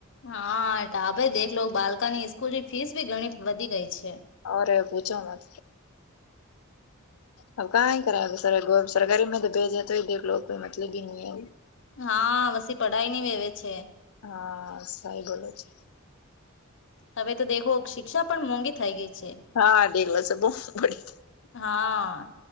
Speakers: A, on the left (about 60°); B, on the left (about 90°).
A: હા ટા આપે દેખલો બાલકાની સ્કૂલ ની ફીસ ભી ઘણી વધી ગઈ છે.
B: અરે પૂજા મા હ કાં કરાવ સર સરકારીમાં તો ભેજે તો દેખલો લો કોઈ મતલબ હી નહીં હે.
A: હા પસી પઢાઈ નહી વેવે છે.
B: હા સઈ બોલે છે.
A: હવે તો દેખો શિક્ષા પણ મોંઘી થઈ ગઈ છે.
B: હા દેવસો બોહ બડી.
A: હા